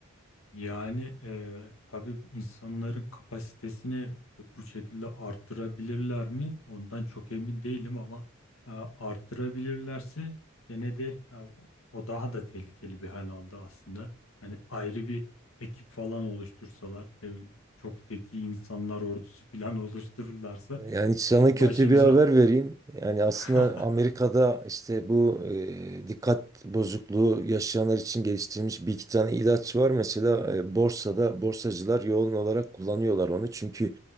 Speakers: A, on the left; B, on the right.
A: Yani eee tabii insanların kapasitesini bu şekilde arttırabilirler mi? Ondan çok emin değilim ama e, arttırabilirlerse gene de e, o o daha da tehlikeli bir hal aldı aslında. Hani ayrı bir ekip falan oluştursalar, ne bileyim, çok zeki insanlar ordusu falan <laughs> oluştururlarsa
B: Yani sana
A: baş- başımıza
B: kötü bir haber vereyim. Yani aslında
A: <laughs>
B: Amerika'da işte bu e, dikkat bozukluğu yaşayanlar için geliştirilmiş bir iki tane ilaç var. Mesela e, borsada borsacılar yoğun olarak kullanıyorlar onu. Çünkü